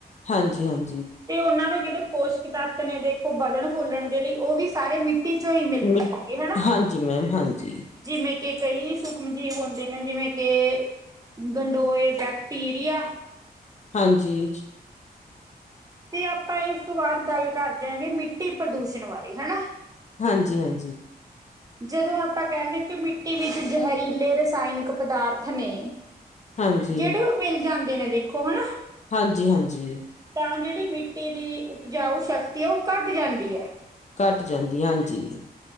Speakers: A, on the left; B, on the right.
A: ਹਾਂਜੀ, ਹਾਂਜੀ।
B: ਤੇ ਉਹਨਾਂ ਨੂੰ ਜਿਹੜੇ ਪੋਸ਼ਕ ਤੱਤ ਨੇ ਦੇਖੋ ਬਲਣ ਫੁੱਲਣ ਦੇ ਲਈ ਉਹ ਵੀ ਸਾਰੇ ਮਿੱਟੀ ਚੋਂ ਹੀ ਮਿਲਦੇ
A: ਮਿ
B: ਨੇ ਗੇ ਹਨਾ,
A: ਹਾਂਜੀ ਮੈਮ ਹਾਂਜੀ
B: ਜਿਵੇਂ ਕਿ ਕਈ ਸੁਖਮ ਜੀਵ ਹੁੰਦੇ ਨੇ ਜਿਵੇਂ ਕਿ ਗੰਡੋਏ ਬੈਕਟੀਰੀਆ,
A: ਹਾਂਜੀ ਹ
B: ਤੇ ਆਪਾਂ ਇਸ ਤੋਂ ਬਾਅਦ ਗੱਲ ਕਰਦਿਆ ਗੇ ਮਿੱਟੀ ਪ੍ਰਦੂਸ਼ਣ ਬਾਰੇ ਹਨਾ।
A: ਹਾਂਜੀ-ਹਾਂਜੀ।
B: ਜਦੋਂ ਆਪਾਂ ਕਹਿੰਦੇ ਕਿ ਮਿੱਟੀ ਵਿੱਚ ਜ਼ਹਿਰੀਲੇ ਰਸਾਇਣਿਕ ਪਦਾਰਥ ਨੇ,
A: ਹਾਂਜੀ
B: ਜਿਹੜੇ ਉਹ ਮਿਲ ਜਾਂਦੇ ਨੇ ਦੇਖੋ ਹਨਾ।
A: ਹਾਂਜੀ-ਹਾਂਜੀ।
B: ਤਾਂ ਜਿਹੜੀ ਮਿੱਟੀ ਦੀ ਉਪਜਾਊ ਸ਼ਕਤੀ ਹੈ ਉਹ ਘੱਟ ਜਾਂਦੀ ਹੈ।
A: ਘੱਟ ਜਾਂਦੀਆ, ਹਾਂਜੀ।